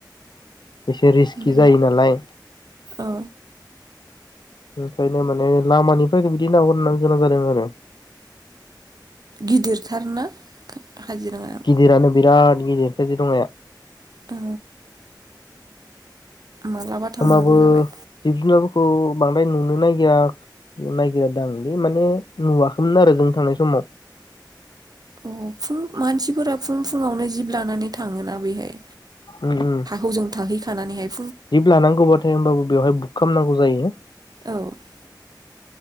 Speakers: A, on the left (about 70°); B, on the right (about 55°).
A: एसे रिस्कि
B: उम
A: जायो नालाय
B: औ
A: ओंखायनो माने लामानिफ्राय बिदि नाहरनो गोनां जादों आरो।
B: गिदिरथारना काजिरङाया
A: गिदिरानो बिराद गिदिर काजिरङाया।
B: औ मालाबा थांनांगौ
A: होमब्लाबो
B: जाबाय
A: जिब जुनारखौ बां द्राय नुनो नागिरा नागिरादांलै माने नुवाखैमोन आरो जों थांनाय समाव।
B: अ फुं मानसिफोरा फुं फुङावनो जिब लानानै थाङोना बेहाय?
A: उम उम
B: हजों थाहै थानानैहाय
A: जिब लानांगौबाथाय होनोमबाबो बेवहाय बुक खालामनांगौ जायो।
B: औ